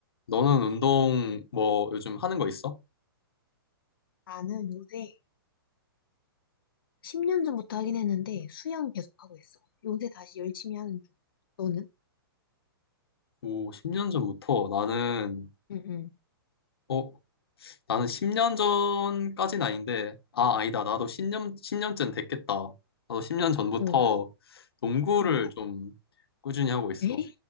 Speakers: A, on the left (about 75°); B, on the left (about 60°).
A: 너는 운동 뭐 요즘 하는 거 있어?
B: 나는 요새 10년 전부터 하긴 했는데 수영 계속 하고 있어. 요새 다시 열심히 하는 중. 너는?
A: 오, 10년 전부터 나는,
B: 응, 응.
A: 어, 나는 10년 전까진 아닌데, 아, 아니다. 나도 10년, 십 년쯤 됐겠다. 나도 10년 전부터
B: 어,
A: 농구를
B: 어.
A: 좀 꾸준히 하고 있어.
B: 에?